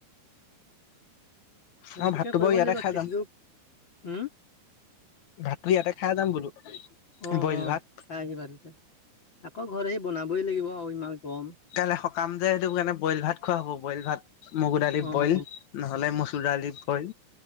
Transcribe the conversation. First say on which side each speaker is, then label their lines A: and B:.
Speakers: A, on the left; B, on the left.
A: সেইটোকে
B: মই ভাতটো
A: কৰিব
B: বাৰু ইয়াতে
A: লাগিব
B: খাই
A: খেতিটো
B: যাম
A: হম
B: ভাতটো ইয়াতে খাই যাম বোলো
A: অ অ
B: বইল ভাত
A: খ আহি পাৰছে আকৌ ঘৰত আহি বনাবই লাগিব আৰু ইমান গম
B: কাইলৈ সকাম যে সেইটো কাৰণে বইল ভাত খোৱা হব বইল ভাত মগু দালি
A: অ',
B: বইল নহলে মচ চোলালীপ হয়